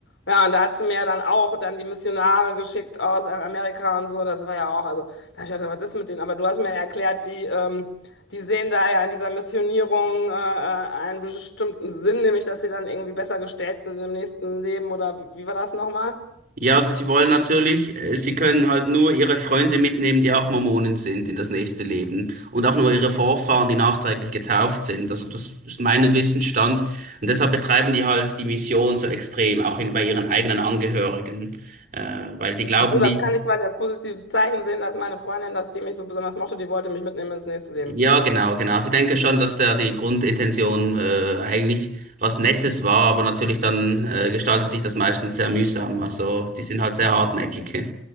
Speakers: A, on the left; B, on the right.
A: Ja, und da hat sie mir ja dann auch dann die Missionare geschickt aus Amerika und so. Das war ja auch, also da habe ich gedacht, was ist mit denen? Aber du hast mir ja erklärt, die, ähm, die sehen da ja in dieser Missionierung äh, äh, einen bestimmten Sinn, nämlich dass sie dann irgendwie besser gestellt sind im nächsten Leben oder wie, wie war das nochmal?
B: Ja, also sie wollen natürlich, äh, sie können halt nur ihre Freunde mitnehmen, die auch Mormonen sind in das nächste Leben und auch nur ihre Vorfahren, die nachträglich getauft sind. Also das ist mein Wissensstand und deshalb betreiben die halt die Mission so extrem, auch in, bei ihren eigenen Angehörigen, äh, weil die glauben
A: Ach so, das
B: nicht.
A: kann ich quasi als positives Zeichen sehen, dass meine Freundin, dass die mich so besonders mochte, die wollte mich mitnehmen ins nächste Leben.
B: Ja, genau, genau. Sie denken schon, dass da die Grundintention äh, eigentlich was Nettes war, aber natürlich dann äh, gestaltet sich das meistens sehr mühsam. Also die sind halt sehr hartnäckig.